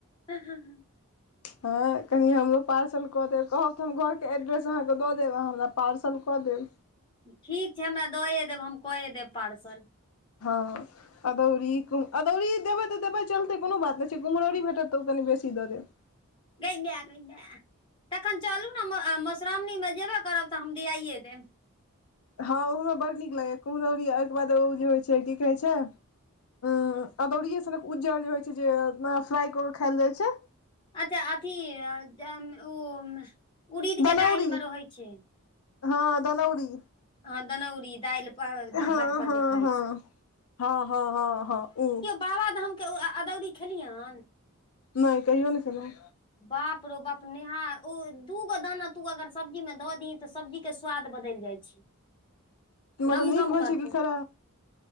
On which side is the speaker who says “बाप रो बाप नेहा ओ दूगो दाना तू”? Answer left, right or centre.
Left